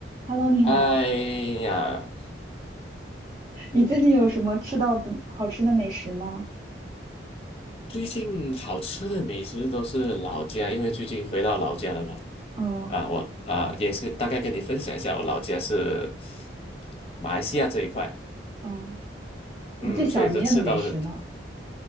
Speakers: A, on the right (about 40°); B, on the left (about 35°).
A: Hello，你好，
B: 哎呀，嗯，
A: 你最近有什么吃到的好吃的美食吗？
B: 最近好吃的美食都是老家，因为最近回到老家了嘛。
A: 嗯
B: 啊，我啊也是大概跟你分享一下，我老家是马来西亚这一块，
A: 嗯，
B: 嗯，
A: 你最想念的美食呢？
B: 所以就吃到了